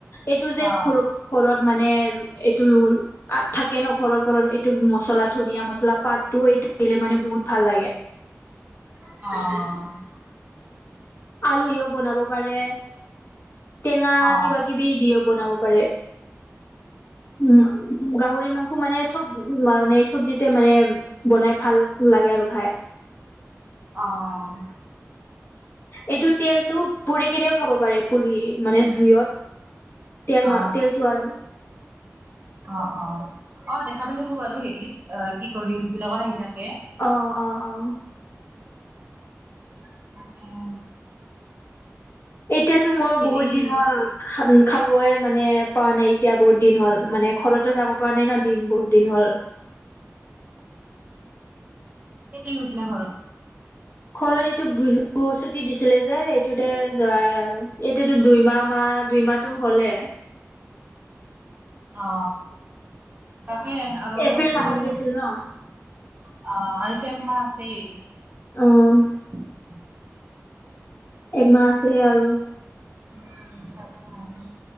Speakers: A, on the left; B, on the right.
A: এইটো যেৰ
B: অ
A: ঘৰত মানে এইটো ৰুল থাকে ন ঘৰত ঘৰত এইটো মচলাত, ধনিয়া মচলা পাতটো এইটো দিলে মানে বহুত ভাল লাগে।
B: অহ,
A: আলুও বনাব পাৰে টেঙা
B: অ অ অ
A: কিবা কিবি দিও বনাব পাৰে। উম, গাহৰি মাংস মানে চব মানে চবজিতে মানে বনাই ভাল লাগে আৰু খাই।
B: অহ,
A: এইটো তেলতটো পুৰি কিনে খাব পাৰে পুৰি মানে জুইত, তেল
B: অ
A: মাৰ তেলটো আৰু।
B: অ, অ, অ, দেখা পাই থাকো বাৰু হেৰিত অ, কি ক ৰিলচ বিলাকত আহি থাক
A: অ, অ, অ,
B: অ'।
A: এতিয়াতো মোৰ বহুত
B: এই
A: দিন হ'ল। খাবই মানে পোৱা নাই এতিয়া বহুত, দিন হ'ল মানে ঘৰতো যাব পৰা নাই ন দিন বহুত দিন হ'ল।
B: কেতিয়া গৈছিলা ঘৰত?
A: ঘৰত এইটোক বিহু ছুটি দিছিলে যে এইটোতে যোৱাই আৰু, এইটোতো দুইমাহমান দুইমাহটো হ'লে।
B: অ'। তাকেই আৰু
A: এপ্ৰিল
B: তো
A: মাহত
B: আহ,
A: গৈছিল ন
B: আৰুটো এক মাহ আছেই।
A: উম,
B: <inaudible>
A: একমাহ আছেহে আৰু।
B: উম,